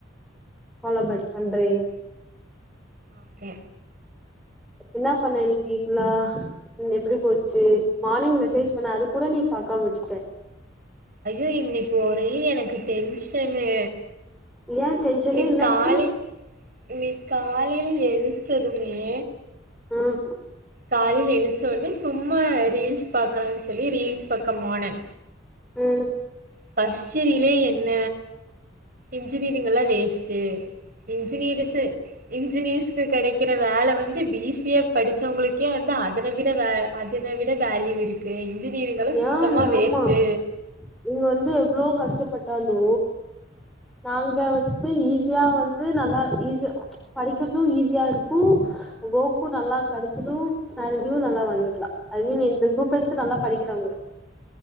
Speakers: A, in the centre; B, on the right.
A: கோலபத் பண்றிங்
B: ஓகே
A: என்ன பண்ண இன்னைக்கி ஃபுல்லா ம் எப்டி போச்சு மார்னிங் மெசேஜ் பண்ண அது கூட நீ பாக்காம விட்டுட்ட
B: அயோ இன்னைக் ஒரே எனக்கு டென்ஷனு
A: ஏன் டென்ஷனு
B: நீ
A: என்னாச்சு
B: காலி நீ காலையில எணிச்சதுமே
A: ம்
B: காலைல எழுச்சோனே சும்மா ரீல்ஸ் பாக்கலானு சொல்லி ரீல்ஸ் பக்கோ போனே
A: ம்
B: ஃபஸ்ட்டு ரிலே என்ன இன்ஜினிரிங் எல்லா வேஸ்ட்டு இன்ஜினீரிஸு இன்ஜினியர்ஸ்க்கு கெடைக்கிற வேல வந்து பிசிஏ படிச்சவ்ங்களுக்கே வந்து அதன விட வே அதுன விட வேல்யூ இருக்கு இன்ஜினியரிங்கல்லா சுத்தமா
A: ஏன்
B: வேஸ்ட்டு
A: ஆமா நீங்க வந்து எவ்ளோ கஷ்டப்பட்டாலு நாங்க வந்து ஈஸியா வந் து நல்லா ஈஸியா படிக்கிறது ஈஸியா இருக்கு ஒர்க்கு நல்லா கிடச்சிடு செலரியு நல்லா வாங்கிட்லா ஐ மீன் இந்த குரூப் எடுத்து நல்லா படி த்றாங்க